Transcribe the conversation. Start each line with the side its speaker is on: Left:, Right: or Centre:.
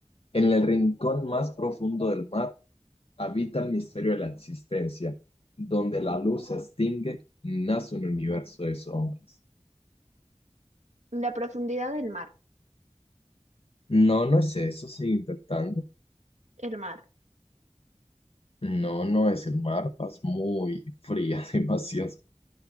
Left: En el rincón más profundo del mar habita el misterio de la existencia. Donde la luz se extingue, nace un universo de sombras.
Right: La profundidad del mar.
Left: No, no es eso, sigue intentando.
Right: El mar.
Left: No, no es el mar, vas muy fría, <laughs> demasiado.